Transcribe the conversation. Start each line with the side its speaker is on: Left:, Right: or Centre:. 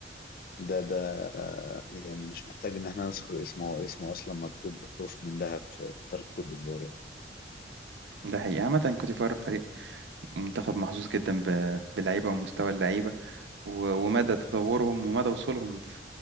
Left: ده ده آه، يعني مش محتاج ان احنا نذكر اسمه هو اسمه اصلا مكتوب بحروف من ذهب في تاريخ كوت ديفوار يعني
Right: ده حقيقي عامة كوتيفار فريق منتخب محظوظ جدا ب... باللعيبة ومستوى اللعيبة و... ومدى تطورهم ومدى وصولهم في...